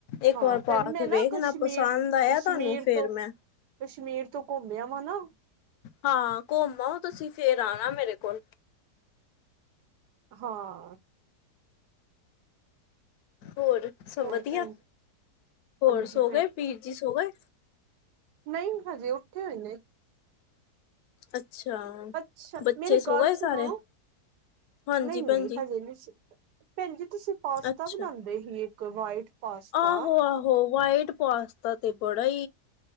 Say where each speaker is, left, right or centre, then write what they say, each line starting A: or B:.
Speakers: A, on the left; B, on the right.
A: ਇੱਕ
B: ਹਾਂ
A: ਵਾਰ
B: ਭੈਣ
A: ਪਾ
B: ਮੈਂ
A: ਕੇ
B: ਨਾ
A: ਵੇਖਣਾ
B: ਕਸ਼ਮੀਰ
A: ਪਸੰਦ ਆਇਆ
B: ਕਸ਼ਮੀਰ
A: ਤੁਹਾਨੂੰ ਫੇ਼ਰ
B: ਤੋਂ
A: ਮੈਂ
B: ਕਸ਼ਮੀਰ ਤੋਂ ਘੁੰਮਿਆ ਵਾ ਨਾ।
A: ਹਾਂ ਘੁੰਮ ਆਓ ਤੁਸੀਂ ਫੇ਼ਰ ਆਣਾ ਮੇਰੇ ਕੋਲ।
B: ਹਾਂ।
A: ਹੋਰ ਸਭ
B: ਹੋਰ
A: ਵਧੀਆ,
B: ਭੈਣ
A: ਹੋਰ
B: ਹਾਂਜੀ
A: ਸੋ ਗਏ ਵੀਰ ਜੀ ਸੋ ਗਏ?
B: ਨਈਂ ਹਜੇ ਉੱਠੇ ਹੋਏ ਨੇ।
A: ਅੱਛ! ਅੱਛਾ!
B: ਅੱਛਾ,
A: ਬੱਚੇ
B: ਮੇਰੀ
A: ਸੋ
B: ਗੱਲ
A: ਗਏ
B: ਸੁਣੋ।
A: ਸਾਰੇ ਹਾਂਜੀ
B: ਨਹੀਂ, ਨਹੀਂ
A: ਭੈਣ ਜੀ
B: ਹਜੇ ਨਹੀਂ ਭੈਣ ਜੀ ਤੁਸੀਂ ਪਾਸਤਾ
A: ਅੱਛਾ
B: ਬਣਾਉਂਦੇ ਹੀ ਵਾਈਟ। ਪਾਸਤਾ
A: ਆਹੋ, ਆਹੋ ਵਾਈਟ ਪਾਸਤਾ ਤੇ ਬੜਾ